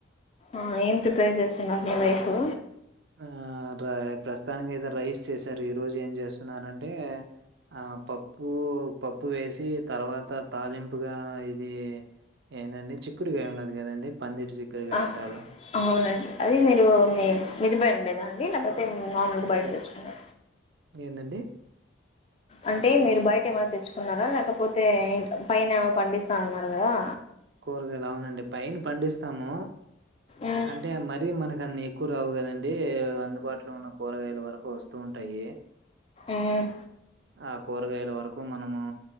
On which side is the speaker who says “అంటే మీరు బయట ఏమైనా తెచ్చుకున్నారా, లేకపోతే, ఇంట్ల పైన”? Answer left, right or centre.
Left